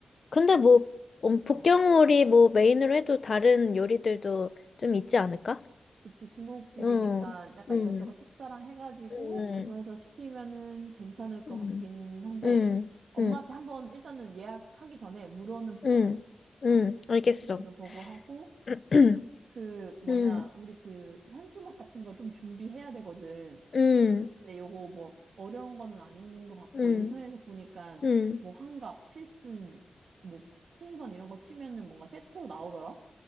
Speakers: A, on the left; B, on the right.
A: 근데 뭐 음, 북경오리
B: 어.
A: 뭐 메인으로 해도 다른 요리들도 좀 있지 않을까?
B: 그치, 중국집이니까
A: 응,
B: 약간
A: 응,
B: 이것저것 식사랑 해가지고
A: 응,
B: 그거 해서 시키면은 괜찮을 것
A: 응,
B: 같긴 한데
A: 응,
B: 엄마한테
A: 응, 응,
B: 한번 일단은 예약하기 전에 물어는 보자.
A: 응,
B: 어.
A: 응, 알겠어.
B: 물어보고 하고
A: <clears throat>
B: 그 뭐냐,
A: 응,
B: 우리 그 현수막 같은 거 좀 준비해야 되거든.
A: 응,
B: 근데 요거 뭐 어려운 거는 아닌 것 같고
A: 응,
B: 인터넷에 보니까
A: 응.
B: 뭐 환갑, 칠순, 뭐 풍선 이런 거 치면은 뭔가 세트로 나오더라.